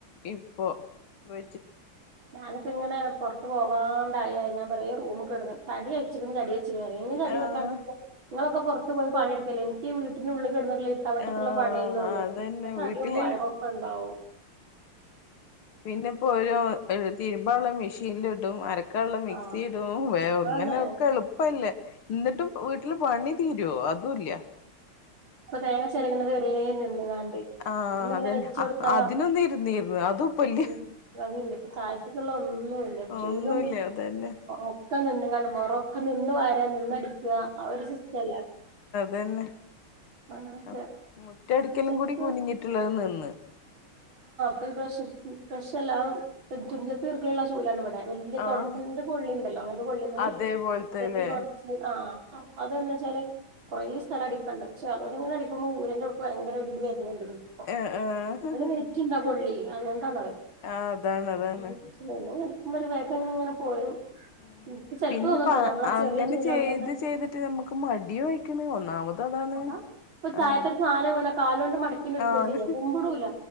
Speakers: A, on the left; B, on the right.
A: ഇപ്പൊ വ
B: ഞാനിപ്പങ്ങനെ പൊർത്ത് പോവാണ്ടായാ ഞാൻ പറയും ഈ റൂമ് കെടന്ന് തടി വെച്ച് ക്ണ് തടി എങ്ങനെ തടി
A: ആഹ്
B: വെക്കാണ്ടിരിക്ക? നിങ്ങളൊക്കെ പുറത്ത് പോയി പണിഎടുക്കല്ലേ എനിക്ക് വീട്ടിനുള്ളി ക്കെട്ന്നുള്ള ഇട്ടാ വട്ടത്തിലുള്ള
A: ആഹ്
B: പണിയല്ലേ ഉള്ളൂ
A: അതന്നെ
B: അപ്പ തടിയും
A: വീട്ടില്
B: വയറൊക്കെ ഇണ്ടാവും
A: പിന്നെപ്പോ ഒരു തിരുമ്പാ ഉള്ളെ മെഷീനിലിടും അരക്കാള്ള മിക്സി
B: ആഹ്
A: ഇടും വേ ഇങ്ങനെയൊക്കെ
B: ആണ്
A: എളുപ്പല്ലേ എന്നിട്ടും വീട്ടില് പണി തീരോ അതുല്യ
B: ഇപ്പൊ തേങ്ങ ചെരകണത് വരേ നിന്ന്ങ്ങാ
A: ആഹ്
B: ഒന്നിങ്ങനെ
A: അതന്നെ
B: വെച്ചോടുത്താ
A: അതിനൊന്ന് ഇരുന്നിരുന്നു അതും ഇപ്പല്ല
B: ഉം അതിയന്നെ താഴ്ത്തേക്കുള്ള ഒന്നുല്ല ചൂലും
A: ഒന്നുല്ല അതന്നെ
B: ഒക്ക നിന്ന നടുമ്പൊറോക്ക നിന്ന് വാര നിന്നടിക്കാ ആ ഒരു സിസ്റ്റല്ലേ
A: തന്നെ
B: അങ്ങനൊക്കെ
A: ആ മുറ്റടിക്കലും
B: ഉച്ചക്ക്
A: കൂടി കുനിഞ്ഞിട്ടുള്ളത് നിന്ന്
B: ഒരു ബ്രഷ് ബഷല്ല തുഞ്ചത്ത് ഈർക്കിലുള്ള ചൂലാണ് ഇവ ന്താ വല്യ
A: ആഹ്
B: തൊടപ്പിന്റെ കൊള്ളിണ്ടല്ലോ അങ്ങനത്തെ കൊള്ളിമല്
A: അതേപോലത്തെല്ലേ
B: <unintelligible> ആഹ് അതെന്നെച്ചാല് കൊറേ സ്ഥലം അടിക്കാണ്ട്. പക്ഷെ അതോടെങ്ങനെ അടിക്കുമ്പോ ഊരന്റെൾ ഭയങ്കര ഒരു ഇത്‌ വ <unintelligible>
A: ഏഹ്
B: നല്ല
A: ഏഹ്
B: വെയിറ്റ് ഇണ്ടാ കൊള്ളി അതുകൊണ്ടാണത്
A: ആഹ് അതാണ്
B: <unintelligible>
A: അതാണ്
B: ക്കുമ്പോ ഒരു വേഗം ഇങ്ങനെ പോരും
A: ഉം
B: എനിക്ക് ചെലപ്പോ
A: പിന്നെ
B: തോന്നുട്ടോ
A: ഇപ്പ അ
B: ഞമ്മളാ ചെറിയ
A: അങ്ങനെ
B: ചൂലോണ്ടന്നെ
A: ചെയ്ത് ചെയ്തിട്ട് നമ്മുക്ക് മടിയും ആയിക്ക്ണ് ഒന്നാമത് അതാണ്
B: അത ഇപ്പൊ തായത്തൊരു
A: ആഹ്
B: സാനം വീണ കാലൊണ്ട് മടക്കി ണ്ട് ഇട്ക്കാ
A: ആഹ്
B: ചെയ്യാ കുമ്പിടൂല